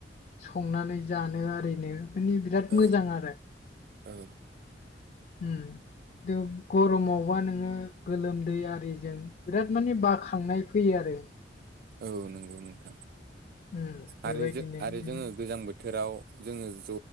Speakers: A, on the left; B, on the right.
A: संनानै जानो आरैनो माने बिराद
B: औ
A: मोजां आरो।
B: औ
A: उम दो गरमावबा नोंङो गोलोमदै आरिजों बिराद माने बाखांनाय फैयो आरो।
B: औ नंगौ नोंथां
A: उम बेबायदिनो
B: आरो जो आरो
A: उम
B: जोंङो गोजां बो थोराव जोंङो ज'